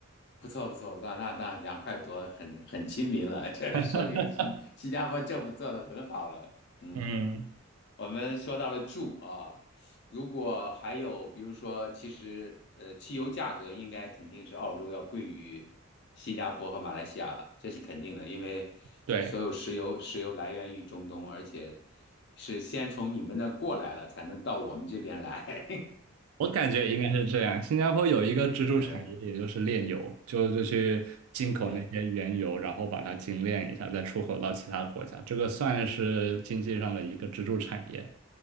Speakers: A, on the left; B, on the right.
A: 不错不错，那那那两块多很很亲民了，<laughs> 这说明新新加坡政府做的很好了。
B: <laughs>
A: 嗯
B: 嗯，
A: 我们说到了住啊，如果还有比如说，其实呃，汽油价格应该肯定是澳洲要贵于新加坡和马来西亚了，这是肯定的，因为所有石油石油来源于中东，
B: 对，
A: 而且是先从你们那过来了，才能到我们这边来。
B: 我感觉应该是这样。新加坡有一个支柱产业，
A: <laughs> 呃，
B: 也就是炼油，就就去进口那些原油，
A: 对
B: 然后把它精炼一下，再出口到其他国家。这个算是经济上的一个支柱产业。